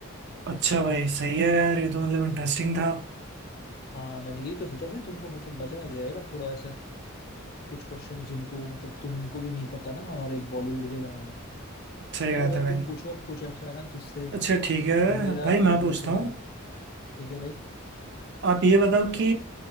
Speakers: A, on the right (about 55°); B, on the left (about 45°).
A: अच्छा भाई सही है यार ये तो मतलब इंटरेस्टिंग था
B: हाँ मैंने यही तो सोचा भाई तुमको मतलब मजा आ जाएगा थोड़ा ऐसा कुछ क्वेश्चंस जिनको मतलब तुमको भी नहीं पता ना हमारे बॉलीवुड के बारे में
A: सही
B: चलो
A: बात
B: भाई
A: है भाई
B: तुम पूछो अब कुछ ऐसा है ना जिससे
A: अच्छा ठीक है
B: मेरा
A: भाई
B: को
A: मैं
B: भी
A: पूछता
B: थोड़ा
A: हूँ
B: ठीक है भाई
A: आप ये बताओ कि